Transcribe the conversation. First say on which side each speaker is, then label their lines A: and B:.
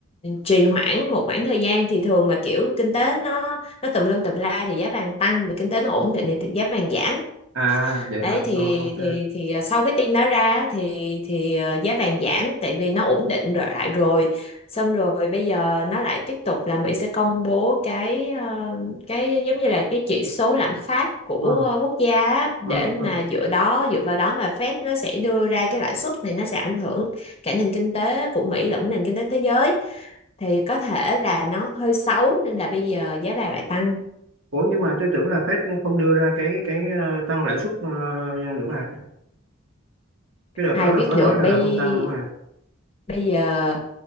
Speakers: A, on the left; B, on the right.
A: trì hoãn một khoảng thời gian thì thường mà kiểu kinh tế nó nó tùm lum tùm la thì giá vàng tăng mà kinh tế nó ổn định thì giá vàng giảm
B: à vậy
A: đấy
B: hả
A: thì
B: rồi ok
A: thì thì ờ, sau cái tin đó ra á, thì thì ờ, giá vàng giảm tại vì nó ổn định rồi lại rồi xong rồi bây giờ nó lại tiếp tục là Mỹ sẽ công bố cái ờ, cái giống như là cái chỉ số lạm phát của
B: ừ,
A: ờ, quốc gia á, để
B: ừ, ừ.
A: mà dựa đó dựa vào đó mà Fed nó sẽ đưa ra cái lãi suất này nó sẽ ảnh hưởng cả nền kinh tế của Mỹ lẫn nền kinh tế thế giới thì có thể là nó hơi xấu nên là bây giờ giá vàng lại tăng
B: Ủa nhưng mà tôi tưởng là Fed nó không đưa ra cái cái ờ, tăng lãi suất ờ, nữa mà cái đợt
A: ai
B: đó là
A: biết
B: có nói
A: được
B: rằng
A: bây
B: là không tăng nữa mà
A: bây giờ